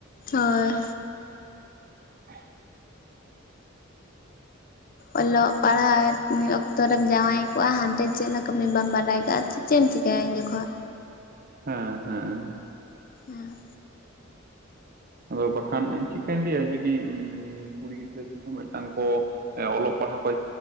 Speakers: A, on the left; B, on the right.
A: ᱦᱚᱭ
B: ᱠ
A: ᱚᱞᱚᱜ ᱯᱟᱲᱦᱟᱣ ᱚᱠᱛᱚᱨᱮᱢ ᱡᱟᱶᱟᱭ <unintelligible> ᱦᱟᱱᱛᱮ ᱪᱮᱫ ᱦᱚᱸ ᱠᱟᱹᱢᱤ ᱵᱟᱢ ᱵᱟᱨᱟᱭ ᱠᱟᱜᱼᱟ ᱪᱮ ᱮᱢ ᱪᱤᱠᱟᱹᱭᱟ ᱩᱱ ᱡᱚᱠᱷᱚᱜ
B: ᱦᱮᱸ ᱦᱮᱸ
A: ᱦᱩᱸ
B: ᱟᱫᱚ ᱵᱟᱠᱷᱟᱱ ᱪᱮᱫᱠᱟᱹᱧ ᱞᱟᱹᱭᱟ ᱡᱩᱫᱤ, ᱠᱩᱲᱤ ᱜᱤᱫᱽᱨᱟᱹ ᱠᱚᱦᱚᱸ ᱢᱤᱫᱴᱟᱝ ᱠᱚ ᱚᱞᱚᱜ ᱯᱟᱲᱦᱟᱣ ᱠᱚ